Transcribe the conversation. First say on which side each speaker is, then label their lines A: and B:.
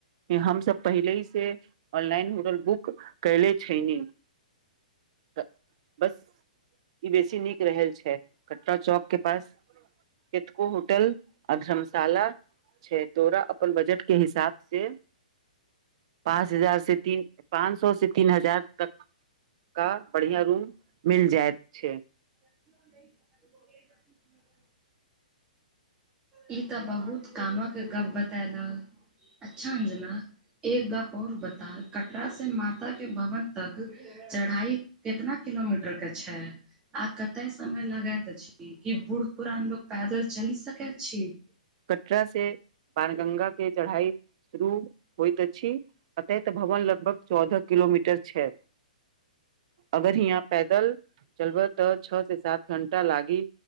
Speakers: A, on the right; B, on the right.
A: हमसब पहिले ही से ऑनलाइन होटल बुक केले छैलिहीं <unintelligible> ई बेसी नीक रह छै कटरा चौक के पास कतको होटल आ धर्मशाला छै, तोरा अपन बजट के हिसाब से पाँच हजार से तीन पाँच सौ से तीन हजार तक का बढ़ियाँ रूम मिल जायत छै
B: <unintelligible>
A: <inaudible>
B: ई तऽ बहुत कामक गप बतेलऽ अच्छा अंजना एक गप आओर बता कटरा से माताके भवन तक चढ़ाई कितना किलोमीटर के छै। आ कते समय लगैत अछि की बूढ़ पुरान लोग पैदल चलि सकैत छी।
A: कटरा से बाण गंगाके चढ़ाई शुरू होइत अछि अते तऽ भवन लगभग चौदह किलोमीटर छै अगर हियाँ पैदल चलबै तऽ छओ से सात घंटा लागि